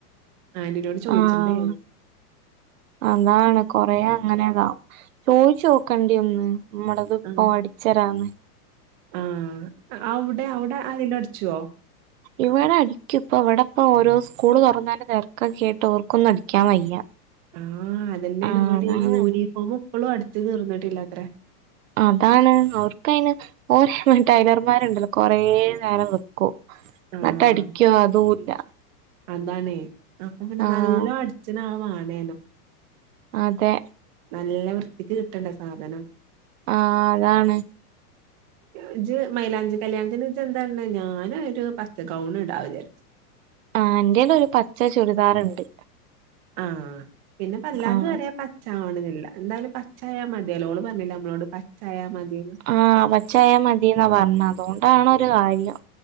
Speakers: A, on the right; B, on the right.
A: ആന്റിനോട് ചോദിച്ചിട്ടുണ്ടായിനി
B: ആഹ് അതാണ് കൊറെ അങ്ങനെതാ ചോയിച്ചു ഓക്കണ്ടി ഒന്ന് ഇമ്മടത് ഇപ്പൊ
A: ആഹ്
B: അടിച്ചരാന്ന്.
A: ആഹ് അവ്ടെ അവ്ടെ ആരേലും അടിച്ചോ
B: ഇവടെ അടിക്കും ഇപ്പൊ ഇവടെ ഇപ്പൊ ഓരോ സ്കൂള് തൊറന്നതിന്റെ തെരക്കൊകേട്ടു അവർക്കാെന്നും അടിക്കാൻ വയ്യ
A: ആഹ് അതെന്നേണ്
B: ആഹ്
A: ഇവടേയ്
B: അതാണ്
A: യൂനിഫോമ് ഇപ്പളും അടിച്ച് തീർന്ന്ട്ടില്ലത്രെ
B: അതാണ് അവർക്കൈന് ഓരോ ടൈലർമാര്ണ്ടല്ലോ കൊറേ നേരം വെക്കും
A: ആഹ്
B: ന്ട്ടടിക്കുവോ അതൂല്ല
A: അതാണേ അപ്പൊ പിന്നെ
B: ആഹ്
A: നല്ല അടിച്ച്ന ആള് വാണേനും
B: അതെ
A: നല്ല വൃത്തിക്ക് കിട്ടണ്ടെ സാധനം
B: ആഹ് അതാണ്
A: ഇജ് മൈലാഞ്ചി കല്യാൺത്തിന് ഇജെന്താ ഇട്ണ് ഞാനൊരു പച്ച ഗൗണ് ഇടാവിചാരിച്ച്
B: ആഹ് ഇന്റേലൊരു പച്ച ചുരിദാറ്ണ്ട്
A: ആഹ് പിന്നെപെല്ലാര്തും
B: ആഹ്
A: ഒരെ പ ച്ചാവണെന്നില്ല എന്തായാലും പച്ചായ മതിയലോ ഓള് പർണിലെ അമ്മളോട് പച്ചായ മതീന്ന്
B: ആഹ് പച്ചായ മതീന്നാ പർണത് അതോണ്ടാണൊരു കാര്യം